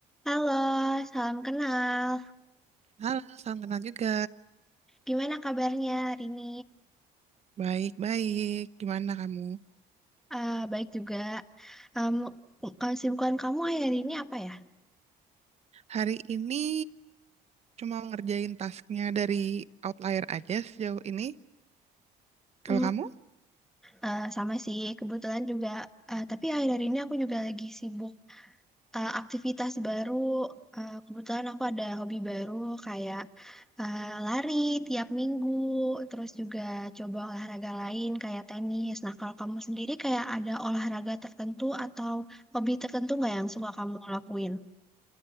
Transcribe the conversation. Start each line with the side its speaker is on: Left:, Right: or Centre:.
Centre: Halo, salam kenal.
Right: Halo, salam kenal juga.
Centre: Gimana kabarnya hari ini?
Right: Baik-baik, gimana kamu?
Centre: Ah, baik juga. Um, kesibukan kamu akhir ini apa ya?
Right: Hari ini cuma ngerjain tasknya dari Outlier aja sejauh ini. Kalau
Centre: Hmm,
Right: kamu?
Centre: eh, sama sih, kebetulan juga. eh, tapi akhir ini aku juga lagi sibuk eh, aktivitas baru. Eh, kebetulan aku ada hobi baru kayak eh, lari tiap minggu, terus juga coba olahraga lain kayak tenis. Nah, kalau kamu sendiri kayak ada olahraga tertentu atau hobi tertentu nggak yang suka kamu lakuin?